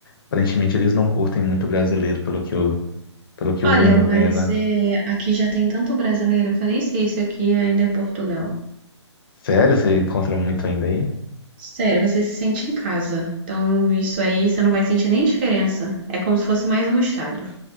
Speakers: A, on the left; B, on the right.
A: Aparentemente eles não curtem muito brasileiro, pelo que eu, pelo que
B: Olha,
A: eu venho
B: mas
A: vendo.
B: eh, aqui já tem tanto brasileiro que eu nem sei se aqui ainda é Portugal.
A: Sério? Você encontra muito ainda aí?
B: Sério, você se sente em casa. Então, isso aí você não vai sentir nem diferença. É como se fosse mais um estado.